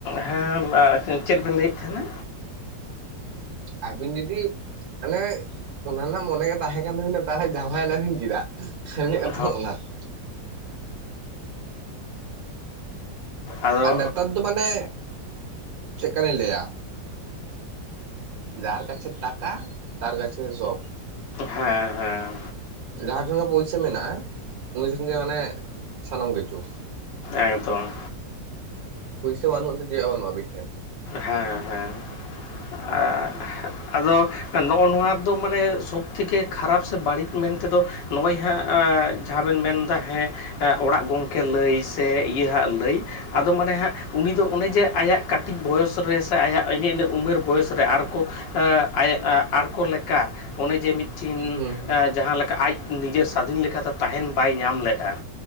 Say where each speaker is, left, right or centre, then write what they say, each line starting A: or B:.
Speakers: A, on the left; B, on the right.
A: ᱦᱮᱸ ᱟᱪᱪᱷᱟ ᱪᱮᱫ ᱵᱮᱱ ᱞᱟᱹᱭᱮᱫ ᱛᱟᱦᱮᱱᱟ?
B: ᱟᱹᱵᱤᱱ ᱡᱩᱫᱤ ᱢᱟᱱᱮ ᱚᱱᱟ ᱨᱮᱱᱟᱜ ᱢᱚᱱᱮ ᱜᱮ ᱛᱟᱦᱮᱸ ᱠᱟᱱ ᱛᱟᱹᱵᱤᱱᱟ ᱛᱟᱦᱚᱞᱮ ᱡᱟᱶᱟᱭᱮ ᱱᱟᱵᱤᱱ ᱪᱮᱫᱟᱜ, ᱥᱟᱨᱤ ᱱᱚ ᱠᱷᱟᱛᱟ
A: ᱦᱳᱭ, ᱦᱮᱸ,
B: ᱚᱱᱟ <inaudible>
A: ᱟᱫᱚ
B: ᱟᱨ ᱱᱮᱛᱟᱨ ᱫᱚ ᱢᱟᱱᱮ ᱪᱮᱫ ᱠᱟ ᱞᱤᱧ ᱞᱟᱹᱭᱟ ᱡᱟᱨ ᱠᱟᱪᱷᱮ ᱴᱟᱠᱟ ᱛᱟᱨ ᱠᱟᱪᱷᱮ ᱥᱚᱵ᱾
A: ᱦᱮᱸ ᱦᱮᱸ
B: ᱡᱟᱦᱟᱸᱭ ᱴᱷᱮᱱ ᱜᱮ ᱯᱚᱭᱥᱟ ᱢᱮᱱᱟᱜ-ᱟ ᱩᱱᱤ ᱴᱷᱮᱱ ᱜᱮ ᱢᱟᱱᱮ ᱥᱟᱱᱟᱢ ᱠᱤᱪᱷᱩ᱾
A: ᱮᱠᱫᱚᱢ
B: ᱯᱩᱭᱥᱟᱹ ᱵᱟᱹᱱᱩᱜ-ᱟ ᱛᱮ ᱪᱮᱫ ᱦᱚᱸ ᱵᱟᱹᱱᱩᱜ-ᱟ ᱟᱹᱵᱤᱱ ᱴᱷᱮᱱ᱾
A: ᱦᱮᱸ ᱦᱮᱸ ᱟᱜ ᱟᱫᱚ ᱱᱚᱜ-ᱚ ᱱᱚᱣᱟ ᱫᱚ ᱢᱟᱱᱮ ᱥᱚᱵ ᱛᱷᱮᱠᱮ ᱠᱷᱟᱨᱟᱯ ᱥᱮ ᱵᱟᱹᱲᱤᱡ ᱢᱮᱱ ᱛᱮᱫᱚ ᱱᱚᱜ-ᱚᱭ ᱦᱟᱸᱜ ᱡᱟᱦᱟᱸ ᱵᱮᱱ ᱢᱮᱱ ᱮᱫᱟ ᱦᱮᱸ ᱚᱲᱟᱜ ᱜᱚᱝᱠᱮ ᱞᱟᱹᱭ ᱥᱮ ᱤᱹᱹ ᱤᱭᱟᱹ ᱦᱟᱸᱜ ᱞᱟᱹᱭ ᱟᱫᱚ ᱢᱟᱱᱮ ᱦᱟᱸᱜ ᱩᱱᱤ ᱫᱚ ᱚᱱᱮ ᱡᱮ ᱟᱭᱟᱜ ᱵᱚᱭᱚᱥ ᱨᱮ ᱥᱮ ᱟᱭᱟᱜ ᱤᱱᱟᱹ ᱤᱱᱟᱹ ᱩᱢᱮᱨ ᱵᱚᱭᱮᱥ ᱨᱮ ᱟᱨᱠᱚ ᱟᱹ ᱟᱭᱮ ᱟ ᱟᱨᱠᱚ ᱞᱮᱠᱟ ᱚᱱᱮ ᱡᱮ ᱢᱤᱫᱴᱤᱱ
B: ᱦᱩᱸ
A: ᱡᱟᱦᱟᱸ ᱞᱮᱠᱟ ᱟᱡ ᱱᱤᱡᱮᱨ ᱥᱟᱫᱷᱤᱱ ᱞᱮᱠᱟᱛᱮ ᱛᱟᱦᱮᱱ ᱵᱟᱭ ᱧᱟᱢ ᱞᱮᱫ-ᱟ